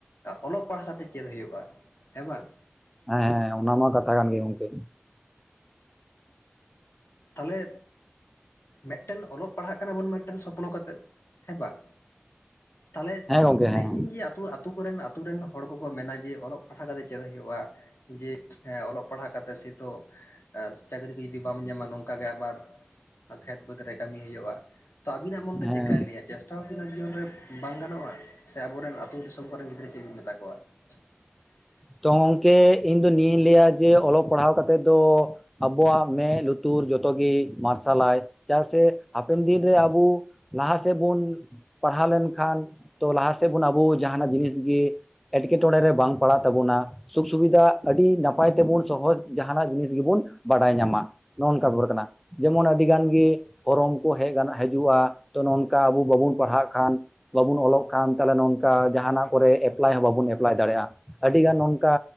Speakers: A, on the left (about 75°); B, in the centre.
A: ᱚᱞᱚᱜ ᱯᱟᱲᱦᱟᱣ ᱠᱟᱛᱮ ᱪᱮᱫ ᱦᱩᱭᱩᱜᱼᱟ ᱦᱮᱸ ᱵᱟᱝ?
B: ᱦᱮᱸ ᱦᱮᱸ ᱚᱱᱟ ᱢᱟ ᱠᱟᱛᱷᱟ ᱠᱟᱱ ᱜᱮ ᱜᱚᱝᱠᱮ᱾
A: ᱛᱟᱦᱚᱞᱮ᱾ ᱢᱤᱫᱴᱮᱱ ᱚᱞᱚᱜ ᱯᱟᱲᱦᱟᱜ ᱠᱟᱱᱟ ᱵᱚᱱ ᱢᱤᱫᱴᱮᱱ ᱥᱚᱯᱱᱚ ᱠᱟᱛᱮᱜ ᱦᱮᱸ ᱵᱟᱝ? ᱛᱟᱦᱚᱞᱮ
B: ᱦᱮᱸ ᱜᱚᱝᱠᱮ
A: ᱛᱮᱦᱮᱧ
B: ᱦᱮᱸ
A: ᱡᱮ ᱟᱛ ᱟᱹᱛᱩᱳ ᱟᱛᱳ ᱠᱚᱨᱮᱱ ᱟ ᱟᱹᱛᱩᱳ ᱨᱮᱱ ᱦᱚᱲ ᱠᱚᱠᱚ ᱢᱮᱱᱟ ᱡᱮ ᱚᱞᱚᱜ ᱯᱟᱲᱦᱟᱣ ᱠᱟᱛᱮᱫ ᱪᱮᱫ ᱦᱩᱭᱩᱜᱼᱟ᱾ ᱡᱮᱸ ᱚᱞᱚᱜ ᱯᱟᱲᱦᱟᱜ ᱠᱟᱛᱮᱫ ᱥᱮᱛᱚ ᱪᱟᱹᱠᱨᱤ ᱠᱚ ᱡᱩᱫᱤ ᱵᱟᱢ ᱧᱟᱢᱟ ᱱᱚᱝᱠᱟᱜᱮ ᱟᱵᱟᱨ ᱠᱷᱮᱛ ᱵᱟᱹᱫᱽ ᱨᱮ ᱠᱟᱹᱢᱤ ᱦᱩᱭᱩᱜᱼᱟ᱾ ᱛᱚ ᱟᱵᱤᱱᱟᱜ ᱢᱚᱱ ᱛᱮ ᱪᱮᱫᱠᱟᱭ
B: ᱦᱮᱸ
A: ᱞᱟᱹᱭᱟ ᱪᱟᱥ ᱠᱷᱟᱴᱟᱣ ᱠᱤᱱᱟᱢ ᱡᱤᱭᱚᱱ ᱨᱮ ᱵᱟᱝ ᱜᱟᱱᱚᱜᱼᱟ, ᱥᱮ ᱟᱵᱚᱨᱮᱱ ᱟᱹᱛᱳ ᱫᱤᱥᱚᱢ ᱠᱚᱨᱮᱱ ᱜᱤᱫᱽᱨᱟᱹ ᱪᱮᱫ ᱵᱤᱱ ᱢᱮᱛᱟ ᱠᱚᱣᱟ? <inaudible>
B: ᱛᱚ ᱜᱚᱝᱠᱮ ᱤᱧ ᱫᱚ ᱱᱤᱭᱟᱹᱧ ᱞᱟᱹᱭᱟ ᱡᱮ ᱚᱞᱚᱜ ᱯᱟᱲᱦᱟᱣ ᱠᱟᱛᱮ ᱫᱚ ᱟᱵᱚᱣᱟᱜ ᱢᱮᱫ ᱞᱩᱛᱩᱨ ᱡᱚᱛᱚ ᱜᱮ ᱢᱟᱨᱥᱟᱞᱟᱭ ᱪᱮᱫᱟᱜ ᱥᱮ ᱦᱟᱯᱮᱱ ᱫᱤᱱᱨᱮ ᱟᱵᱚ ᱞᱟᱦᱟ ᱥᱮᱫ ᱵᱚᱱ ᱯᱟᱲᱦᱟᱣ ᱞᱮᱱᱠᱷᱟᱱ ᱛᱚ ᱞᱟᱦᱟ ᱥᱮᱫ ᱵᱚᱱ ᱟᱵᱚ ᱡᱟᱦᱟᱱᱟᱜ ᱡᱤᱱᱤᱥ ᱜᱮ ᱮᱸᱴᱠᱮᱴᱚᱬᱮ ᱴᱚᱬᱮ <unintelligible> ᱨᱮ ᱵᱟᱝ ᱯᱟᱲᱟᱜ ᱛᱟᱵᱚᱱᱟ᱾ ᱥᱩᱠ ᱥᱩᱵᱤᱫᱷᱟ ᱟᱹᱰᱤ ᱱᱟᱯᱟᱭ ᱛᱮᱵᱚᱱ ᱥᱚᱦᱚᱡ ᱡᱟᱦᱟᱱᱟᱜ ᱡᱤᱱᱤᱥ ᱜᱮᱵᱚᱱ ᱵᱟᱰᱟᱭ ᱧᱟᱢᱟ᱾ ᱱᱚᱼ ᱱᱚᱝᱠᱟᱯᱩᱨ ᱟᱠᱟᱱᱟ᱾ ᱡᱮᱢᱚᱱ ᱟᱹᱰᱤᱜᱟᱱ ᱜᱮ ᱯᱷᱨᱚᱝ ᱠᱚ ᱦᱮᱡ ᱦᱤᱡᱩᱜᱼᱟ ᱛᱚ ᱱᱚᱝᱠᱟ ᱟᱵᱚ ᱵᱟᱵᱚᱱ ᱯᱟᱲᱦᱟᱜ ᱠᱷᱟᱱ᱾ ᱵᱟᱵᱚᱱ ᱚᱞᱚᱜ ᱠᱟᱱ ᱛᱟᱦᱚᱞᱮ ᱱᱚᱝᱠᱟ ᱡᱟᱦᱟᱱᱟᱜ ᱠᱚᱨᱮ ᱮᱯᱞᱟᱭ ᱦᱚᱸ ᱵᱟᱵᱚᱱ ᱮᱯ ᱮᱯᱞᱟᱭ ᱫᱟᱲᱮᱭᱟᱜᱼᱟ, ᱟᱹᱰᱤᱜᱟᱱ ᱱᱚᱝᱠᱟ